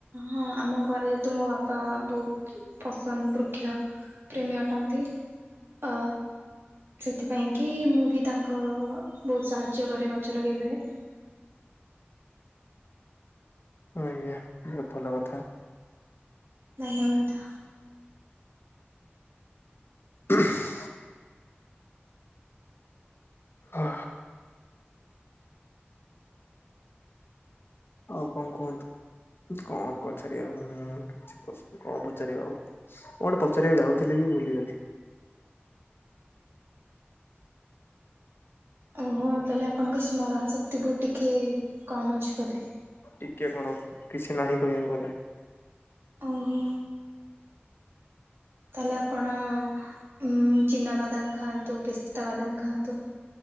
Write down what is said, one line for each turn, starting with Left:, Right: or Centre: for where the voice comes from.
Right: ହଁ ଆମ ଘରେ ଯେହେତୁ ମୋ ବାପା ବୋଉ ପସନ୍ଦ ବୃକ୍ଷ ପ୍ରେମୀ ଅଟନ୍ତି। ଅ ସେଥିପାଇଁ କି ମୁଁ ବି ତାଙ୍କ ବହୁତ ସାହାଯ୍ୟ କରେ ଗଛ ଲଗେଇବାରେ।
Left: ହଁ ଆଜ୍ଞା ବହୁତ ଭଲ କଥା।
Right: ଧନ୍ୟବାଦ।
Left: <unintelligible> ଅ ଆଉ କଣ କୁହନ୍ତୁ। କଣ ପଚାରିବା ମୁଁ କିଛି କଣ ପଚାରିବା ଆଉ। କଣ ପଚାରିବା ଯାଉଥିଲି ବି ଭୁଲିଗଲି।
Right: ଓହୋ ତାହେଲେ ଆପଣଙ୍କ ସ୍ମରଣ ଶକ୍ତି ବହୁତ ଟିକେ କମ୍ ଅଛି ବୋଧେ।
Left: ଟିକେ କଣ କିଛି ନାହିଁ କହିବାକୁ ଗଲେ।
Right: ଓହୋ। ତାହେଲେ ଆପଣ ଉଁ ଚିନା ବାଦାମ ଖାଆନ୍ତୁ ପିସ୍ତା ବାଦାମ ଖାଆନ୍ତୁ।